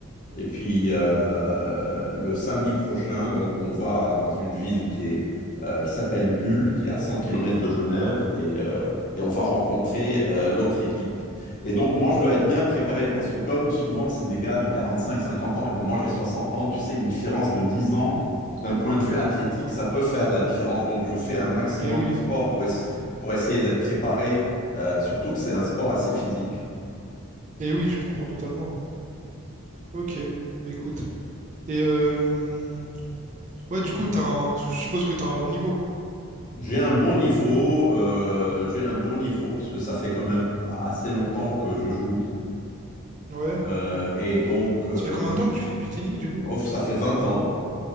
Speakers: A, on the left; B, on the right.
A: et puis euh, le samedi prochain, donc on va dans une ville qui est, euh, qui s'appelle Bulle, qui est à 100 km de Genève, et, euh, et on va rencontrer euh, l'autre équipe. Et donc moi, je dois être bien préparé, parce que comme souvent c'est des gars de 45-50 ans et que moi j'ai 60 ans, tu sais, une différence de 10 ans, d'un point de
B: mhm.
A: vue athlétique, ça peut faire la différence. Donc je fais un maximum
B: Eh oui,
A: de sport pour, es- pour essayer d'être préparé, euh, surtout que c'est un sport assez physique.
B: et oui, je comprends totalement. Ok, bah écoute. Et euh, ouais, du coup, t'as un- je suppose que t'as un bon niveau.
A: J'ai un bon niveau, euh, j'ai un bon niveau parce que ça fait quand même assez longtemps que je joue.
B: Ouais.
A: Euh, et donc, euh,
B: Ça fait combien de temps que tu fais du tennis du coup?
A: oh, ça fait 20 ans.